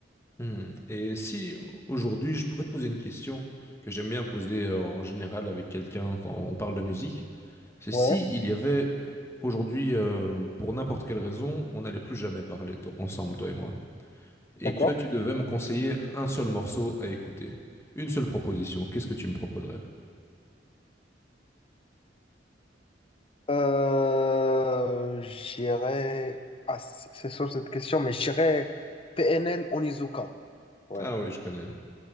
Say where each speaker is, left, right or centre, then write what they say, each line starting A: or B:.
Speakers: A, on the left; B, on the left.
A: Hmm. Et si aujourd'hui, je pourrais te poser une question que j'aime bien poser euh, en général avec quelqu'un quand on parle de musique, c'est
B: Ouais,
A: si il y avait aujourd'hui, euh, pour n'importe quelle raison, on n'allait plus jamais parler to- ensemble, toi et moi. et
B: d'accord.
A: que tu devais me conseiller un seul morceau à écouter. Une seule proposition, qu'est-ce que tu me proposerais?
B: Euh, j'irai. Ah, c'est c'est sur cette question, mais j'irai PNL Onizuka. Ouais,
A: Ah oui, je connais.